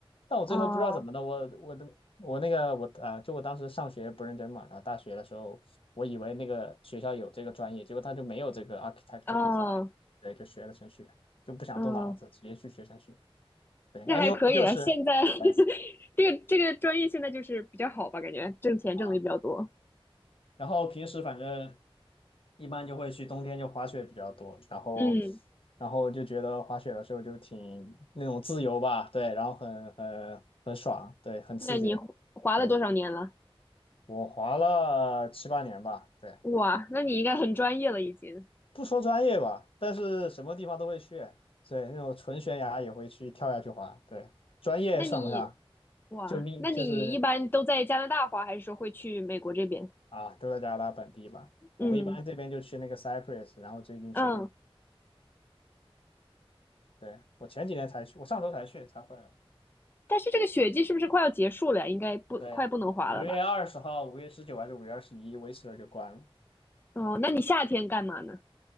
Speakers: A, on the left; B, on the left.
A: 但我最后不知道怎么的，
B: 哦
A: 我我的我那个我呃，就我当时上学不认真嘛，然后大学的时候我以为那个学校有这个专业，结果他就没有这个 architecture
B: 哦
A: design，对，就学了程序员，就不想动脑子，
B: 嗯，
A: 直接去学程序员。对，anyway
B: 那还可以了。
A: 就是对
B: 现在 <laughs> 这个这个专业现在就是比较好吧，感觉挣钱挣的也比较多。
A: 啊。然后平时反正一般就会去冬天就滑雪比较多，然后
B: 嗯，
A: 然后就觉得滑雪的时候就挺那种自由吧，对，然后很很很爽，对，很刺激。
B: 那你滑了多少年了？
A: 对，我滑了七八年吧，对，
B: 哇，那你应该很专业了已经。
A: 不说专业吧，但是什么地方都会去，对，那种纯悬崖也会去跳下去滑，对，专业算不上，
B: 那你哇，
A: 就命就是
B: 那你一般都在加拿大滑，还是说会去美国这边？
A: 啊，都在加拿大本地吧。我们一般这边就去那个
B: 嗯
A: c y p r u s s 然后最近去威
B: 嗯，
A: 对，我前几天才去，我上周才去才回来。
B: 但是这个雪季是不是快要结束了呀？应该不快不能滑了吧？
A: 对，五月二十号、五月十九还是五月二十一，威斯勒就关了。
B: 哦，那你夏天干嘛呢？